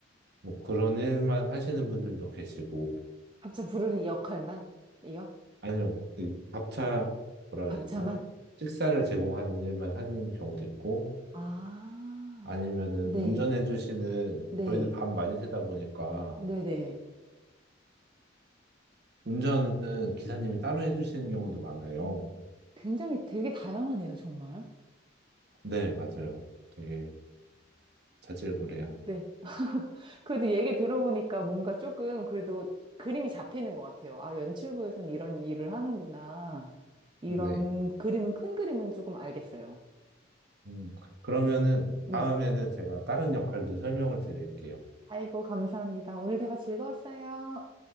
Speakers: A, on the right (about 55°); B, on the right (about 25°).
A: 뭐 그런 일만 하시는 분들도 계시고
B: 밥차 부르는 역할만 이요?
A: 아니요 이 밥차 뭐라
B: 밥차만?
A: 해야 되지? 식사를 제공하는 일만 하는 경우도 있고
B: 아,
A: 아니면은
B: 네,
A: 운전해 주시는
B: 네,
A: 저희는 밤 많이 새다 보니까
B: 네네.
A: 운전은 기사님이 따로 해주시는 경우도 많아요.
B: 굉장히 되게 다양하네요, 정말.
A: 네, 맞아요. 되게 자질구레한.
B: 네. 그래도 얘기 들어보니까 뭔가 조금 그래도 그림이 잡히는 것 같아요. 아, 연출부에서는 이런 일을 하는구나. 이런
A: 네.
B: 그림은, 큰 그림은 조금 알겠어요.
A: 음, 그러면은
B: 네.
A: 다음에는 제가 다른 역할도 설명을 드릴게요.
B: 아이고, 감사합니다. 오늘 대화 즐거웠어요.